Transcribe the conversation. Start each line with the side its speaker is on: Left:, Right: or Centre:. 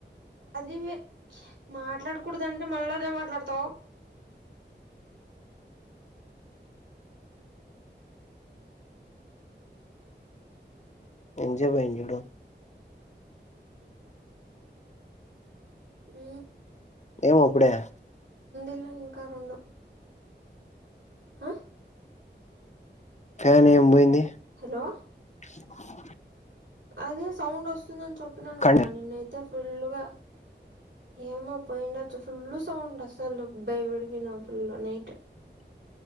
Right: అది వే మాట్లాడకూడదంటే మల్ల అదే మాట్లాడతావు
Left: ఎంజేపయింది చూడు
Right: ఉ
Left: ఏమో అప్పుడే
Right: ఉ ఇంకా రెండు ఆ
Left: ఫ్యాన్ ఏమి పోయింది
Right: హలో
Left: <inaudible>
Right: అదే సౌండ్ వస్తుందని చెప్పినాను
Left: కండి
Right: కదా నిన్నయితే ఫుల్లుగా ఏమో పోయిండచ్చ ఫుల్ సౌండ్ అసలు బయపడి పోయినాం ఫుల్ నైట్
Left: <inaudible>